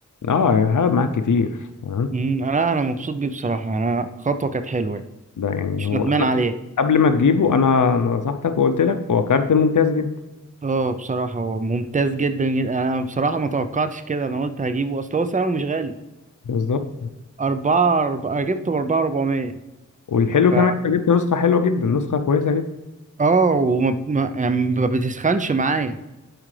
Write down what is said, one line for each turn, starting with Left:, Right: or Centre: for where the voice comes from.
Left: اه هيقعد معاك كتير تمام
Right: أمم، انا انا مبسوط بيه بصراحه انا خطوه كانت حلوه يعني.
Left: ده يعني
Right: مش
Left: هو
Right: ندمان
Left: انا
Right: عليه
Left: قبل ما تجيبه انا أنا نصحتك وقلت لك هو كارت ممتاز جدا
Right: اه بصراحة هو ممتاز جدا جدا انا بصراحة ما توقعتش كده انا قلت هجيبه اصل هو سعره مش غالي
Left: بالظبط
Right: أربعة أربعة أنا جبته بأربعة أربعمية
Left: والحلو
Right: ف
Left: كمان انت جبت نسخه حلوه جدا نسخه كويسه جدا
Right: اه وما ما... يعني ما بتسخنش معايا